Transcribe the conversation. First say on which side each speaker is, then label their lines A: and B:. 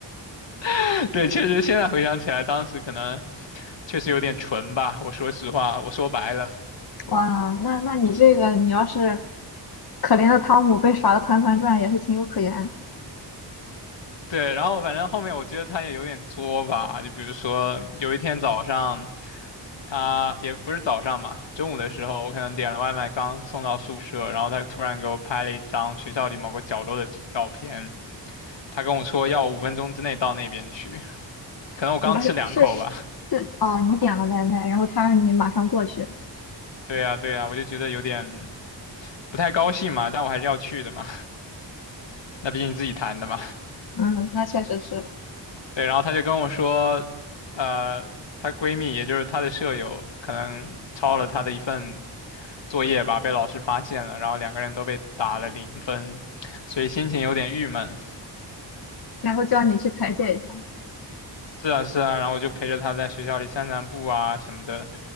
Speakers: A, on the left (about 80°); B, on the left (about 55°).
A: <laughs> 对，确实现在回想起来当时可能确实有点蠢吧，我说实话，我说白了。
B: 哇，那那你这个，你要是可怜的汤姆被耍的团团转，也是情有可原。
A: 对，然后反正后面我觉得他也有点作吧，就比如说有一天早上，他也不是早上嘛，中午的时候我可能点了外卖，刚送到宿舍，然后他突然给我拍了一张学校里某个角落的照片，他跟我说要我五分钟之内到那边去，可能我刚吃两口吧。
B: 什么是是是？是哦，你点了外卖，然后他让你马上过去。
A: 对呀，对呀，我就觉得有点不太高兴嘛，但我还是要去的嘛，那毕竟自己谈的嘛。
B: 嗯，那确实是，
A: 对，然后他就跟我说，呃，她闺蜜也就是她的舍友可能抄了她的一份。作业吧，被老师发现了，然后两个人都被打了零分，所以心情有点郁闷。
B: 然后叫你去排解一下。
A: 是啊，是啊，然后我就陪着他在学校里散散步啊什么的，